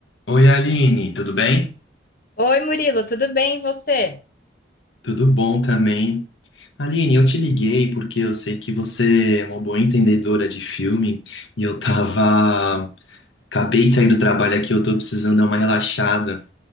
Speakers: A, on the left; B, on the left.
A: Oi, Aline, tudo bem?
B: Oi, Murilo, tudo bem? E você?
A: Tudo bom também. Aline, eu te liguei porque eu sei que você é uma boa entendedora de filme e eu tava. Acabei de sair do trabalho aqui, eu tô precisando dar uma relaxada.